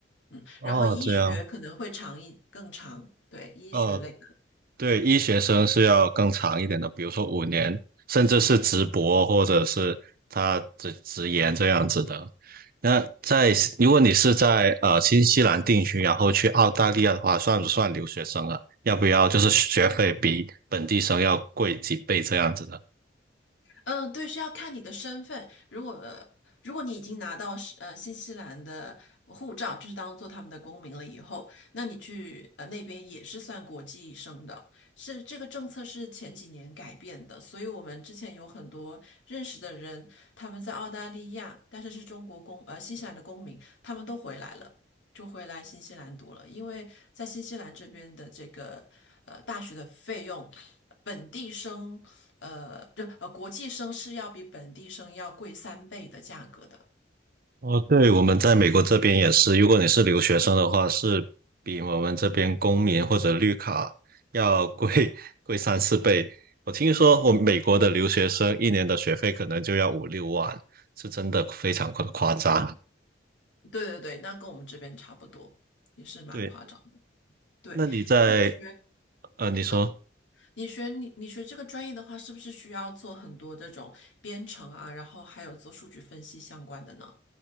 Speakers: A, on the left; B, on the right.
A: 嗯，
B: 哦，
A: 然后医学可能会长一更长，
B: 这样。
A: 对，医学类的。
B: 哦，对，医学生是要更长一点的，比如说五年，甚至是直博或者是他直直研这样子的。那在如果你是在呃新西兰定居，然后去澳大利亚的话，算不算留学生啊？要不要就是学费比本地生要贵几倍这样子呢？
A: 嗯，对，是要看你的身份。如果呃如果你已经拿到是呃新西兰的护照，就是当做他们的公民了以后，那你去呃那边也是算国际生的。是这个政策是前几年改变的，所以我们之前有很多认识的人，他们在澳大利亚，但是是中国公呃新西兰的公民，他们都回来了，就回来新西兰读了，因为在新西兰这边的这个呃大学的费用。本地生呃，就呃国际生是要比本地生要贵三倍的价格的。
B: 哦，对，我们在美国这边也是，如果你是留学生的话，是比我们这边公民或者绿卡要贵 <laughs> 贵三四倍。我听说我美国的留学生一年的学费可能就要五六万，是真的非常夸夸张。
A: 对对对，那跟我们这边差不多，也是蛮夸张的。
B: 对，
A: 对，
B: 那你在，
A: 那你学，
B: 呃，你说。
A: 嗯，你学你你学这个专业的话，是不是需要做很多这种编程啊，然后还有做数据分析相关的呢？